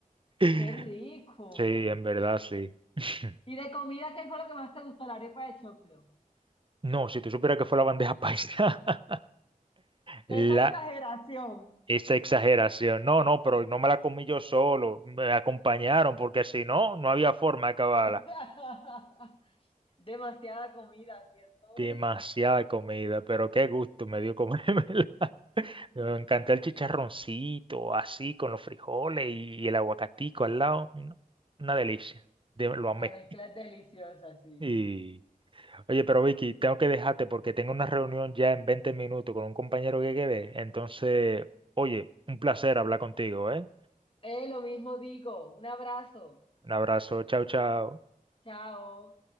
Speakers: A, on the right; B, on the left.
A: <laughs>
B: Qué rico.
A: Sí, en verdad, sí. <laughs>
B: ¿Y de comida qué fue lo que más te gustó? La arepa de choclo.
A: No, si tú supieras que fue la bandeja paisa. <laughs>
B: <laughs>
A: La,
B: Esa exageración.
A: esa exageración. No, no, pero no me la comí yo solo. Me acompañaron porque si no, no había forma de acabarla.
B: <laughs> Demasiada comida, ¿cierto?
A: Demasiada comida, pero qué gusto me dio comérmela. <laughs> Me encantó el chicharroncito, así, con los frijoles y el aguacatico al lado. No, Una delicia. De- lo amé.
B: La mezcla es deliciosa, sí.
A: Y,
B: sí.
A: oye, pero Vicky, tengo que dejarte porque tengo una reunión ya en 20 minutos con un compañero que quedé. Entonces, oye, un placer hablar contigo, ¿eh?
B: Eh, lo mismo digo. Un abrazo.
A: Un abrazo, chao, chao.
B: Chao.